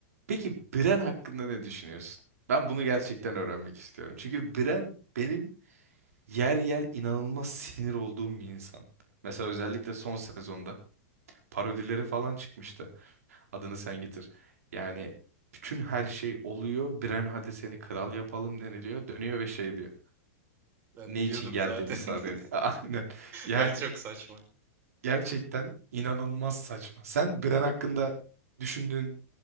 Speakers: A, on the right; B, on the right.
A: Peki Bren hakkında ne düşünüyorsun? Ben bunu gerçekten
B: Ben
A: öğrenmek istiyorum. Çünkü Bren benim yer yer inanılmaz <laughs> sinir olduğum bir insan. Mesela özellikle son sezonda parodileri falan çıkmıştı. Adını sen getir. Yani bütün her şey oluyor. Bren hadi seni kral yapalım deniliyor. Dönüyor ve şey diyor.
B: ben
A: Ne
B: biliyordum
A: için geldiğimi
B: zaten.
A: sadece.
B: <laughs>
A: <laughs> Aynen. Yani
B: Ya çok saçma.
A: gerçekten inanılmaz saçma. Sen Bren hakkında düşündüğün